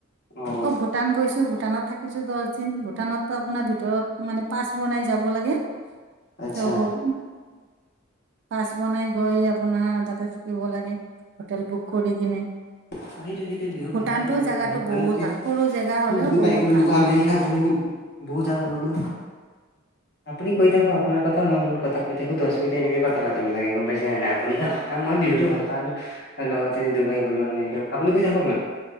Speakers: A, on the left (about 55°); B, on the right (about 60°).
A: অ'।
B: আকৌ ভূটান গৈছো ভূটানত থাকিছো দহ দিন। ভূটানতো আপোনাৰ ভিতৰত মানে পাচ বনাই যাব লাগে
A: আচ্ছা
B: ত হ পাছ বনাই গৈ আপোনাৰ তাতে থাকিব লাগে। হোটেল বুক কৰি কিনে।
A: সেইটো সেইটো বিহু
B: ভূটানতো
A: ভাল লাগে মোৰো
B: জেগাটো
A: বিহু মানকে
B: বহুত ভাল
A: <unintelligible>
B: সৰু জেগা হ'লেও বহুত ভাল
A: আমেৰিকা গ'লো বহুত জেগা গ'লোঁ।
B: <inaudible>
A: আপুনি কৈ থাকক আপোনাৰ কথা মোৰ কথা কৈ থাকো, দহ মিনিট এনেকে কথা পাতিব লাগে গ'ম পাইছে নে নাই আপুনি? অ'। হা মই বিহুতো ভাল পাওঁ। লগতে ডুবাই গ'লো আমেৰিকা আপুনি গৈ থাকক না,